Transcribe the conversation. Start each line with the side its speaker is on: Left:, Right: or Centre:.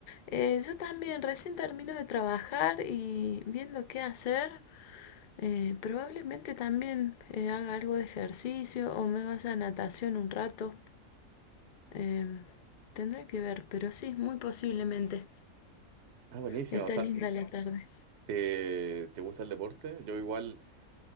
Left: Eh, yo también recién termino de trabajar y viendo qué hacer, eh, probablemente también eh, haga algo de ejercicio o me vaya a natación un rato. Em, tendré que ver, pero sí, muy posiblemente.
Right: Ah, buenísimo.
Left: Está
Right: O sea,
Left: linda la tarde.
Right: ¿te, te gusta el deporte? Yo igual,